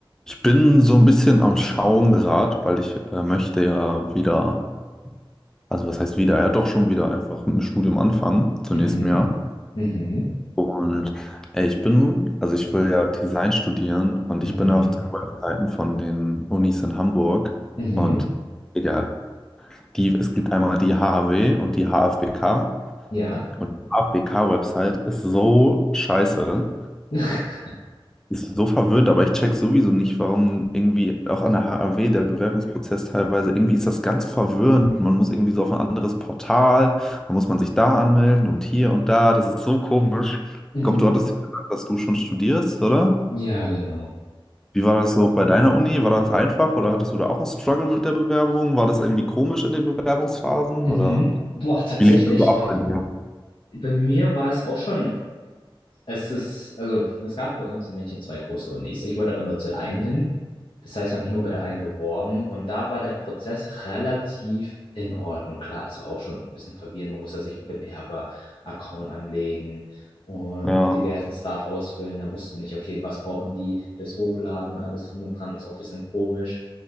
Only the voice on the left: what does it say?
Mhm,
mhm,
mhm,
mhm,
ja.
<laughs>
Mhm,
ja, genau.
Mhm.
Boah, tatsächlich,
bei mir war es auch schon Es ist, also es gab bei uns in München zwei große Unis. Ich wollte aber nur zur einen hin. Das heißt, ich habe mich nur bei der einen beworben und da war der Prozess relativ in Ordnung. Klar, es war auch schon ein bisschen verwirrend. Man musste sich einen Bewerber-Account anlegen und
diversen Stuff ausfüllen. Dann wusstest du nicht, okay, was brauchen die, das Hochladen, alles drum und dran, ist auch ein bisschen komisch.